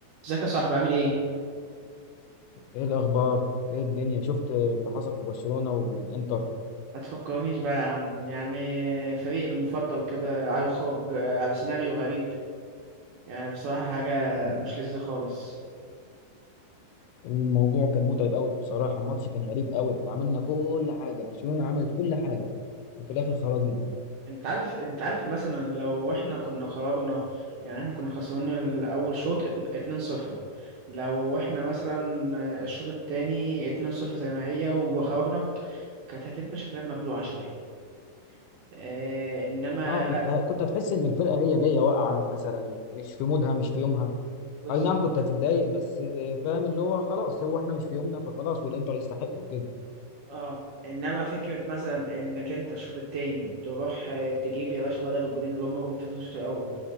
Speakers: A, on the right (about 75°); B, on the left (about 85°).
A: ازيك يا صاحبي عامل ايه؟
B: ايه الاخبار ايه الدنيا شفت اللي حصل في برشلونة والانتر
A: ما تفكرنيش بقى يا عم يعني فريقي المفضل كده هيخرج آه، بسيناريو غريب يعني بصراحة حاجة
B: الم-
A: مش لذيذة خالص
B: الموضوع كان متعب قوي بصراحة الماتش كان غريب قوي احنا عملنا كل حاجة برشلونة عملت كل حاجة وفي الاخر خرجنا
A: انت عارف انت عارف مثلا لو احنا كنا خرجنا يعني احنا كنا خسرانين الأول شوط ات- 2-0 لو احنا مثلا آه، الشوط التاني 2-0 زي ما هي وخرجنا كانت هتبقى شكلها مبلوعة شوية اه انما
B: اه كنت كنت هتحس ان الفرقة هي جاية واقعة مثلا مش في مودها مش في يومها
A: لا
B: اي نعم كنت هتتضايق بس آه، فاهم اللي هو خلاص هو احنا مش في يومنا فخلاص والانتر يستحق وكده
A: اه انما فكره مثلا انك انت الشوط التاني تروح آه، تجيب يا باشا بدل الجولين اللي هم جم في الشوط الاول